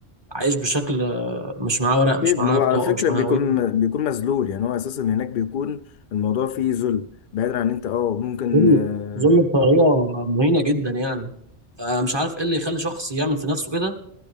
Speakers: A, on the right (about 25°); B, on the left (about 55°).
A: عايش بشكل آه، مش معاه ورق مش
B: اكيد
A: معاه
B: ما هو
A: بطاقه
B: على فكره
A: مش معاه
B: بيكون
A: هويه
B: بيكون مذلول يعني هو اساسا هناك بيكون الموضوع فيه ذل بعيدا عن انت اه ممكن
A: ذل
B: آه،
A: ذل بطريقه مهينه جدا يعني فمش عارف ايه اللي يخلي شخص يعمل في نفسه كده